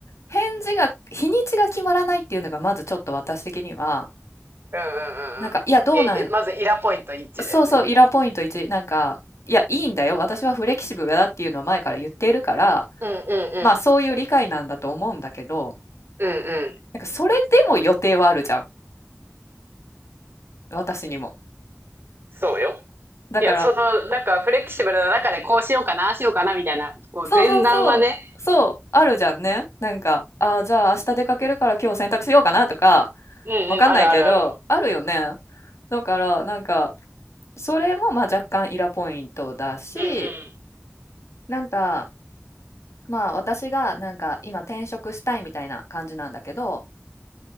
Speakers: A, on the left (about 80°); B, on the right (about 50°).
A: 返事が、日にちが決まらないっていうのが、まずちょっと私的には、
B: うんうん
A: なんか、
B: うんうん。
A: いや、どうなん、
B: え、まずイラポイント1だよね。
A: そうそう、イラポイント1、なんか、いや、いいんだよ、私はフレキシブルだっていうのは前から言っているから、
B: うんうん
A: まあ、そういう理解なんだと思うんだけど、
B: うん。うんうん。
A: なんか、それでも予定はあるじゃん、私にも。
B: そうよ。
A: だから、
B: いや、その、なんかフレキシブルな中でこうしようかな、ああしようかなみたいな、こう前段はね。
A: そうそうそう、そう、あるじゃんね。なんか、ああ、じゃあ明日出かけるから今日洗濯しようかなとか、
B: うんうん、
A: わかんないけど、
B: あるあるある。
A: あるよね。だから、なんか、それもまあ若干イラポイントだし、
B: うんうん。
A: なんかまあ私がなんか今転職したいみたいな感じなんだけど、